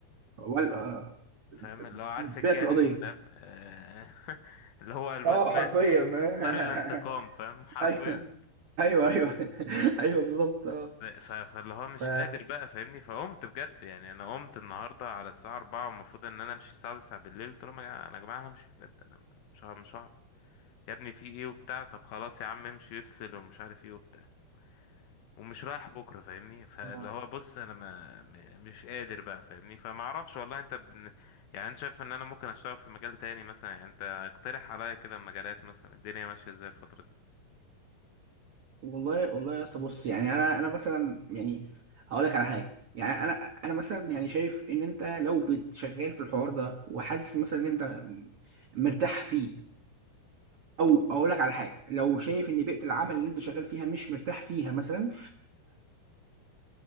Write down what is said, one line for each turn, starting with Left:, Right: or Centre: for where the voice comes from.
Right: وال آه،
Left: فاهم اللي هو عارف
Right: بعت
Left: اتجنن
Right: القضيه
Left: فاهم آه، <laughs> اللي هو الواد
Right: اه
Left: مات
Right: حرفيا
Left: واختار
Right: فاهم <laughs>
Left: الانتقام فاهم حرفيا
Right: ايوه ايوه ايوه <laughs> ايوه بالظبط اه
Left: ف- ف- فاللي هو مش
Right: ف
Left: قادر بقى فاهمني فقمت بجد يعني انا قمت النهارده على الساعه 4 والمفروض ان انا امشي الساعه 9 بالليل قلت لهم يا جماعه انا يا جماعه همشي بجد انا مش هعرف- مش هعرف يا ابني في ايه وبتاع طب خلاص يا عم امشي افصل ومش عارف ايه وبتاع ومش رايح بكره فاهمني فاللي
Right: آه.
Left: هو بص انا ما م- مش قادر بقى فاهمني فما اعرفش والله انت بن... يعني انت شايف ان انا ممكن اشتغل في مجال تاني مثلا يعني انت اقترح عليا كده مجالات مثلا الدنيا ماشيه ازاي الفتره دي
Right: والله والله يا اسطى بص يعني انا انا مثلا يعني هقول لك على حاجه يعني انا انا مثلا يعني شايف ان انت لو بتشغال في الحوار ده وحاسس مثلا ان انت مرتاح فيه او اقول لك على حاجه لو شايف ان بيئه العمل اللي انت شغال فيها مش مرتاح فيها مثلا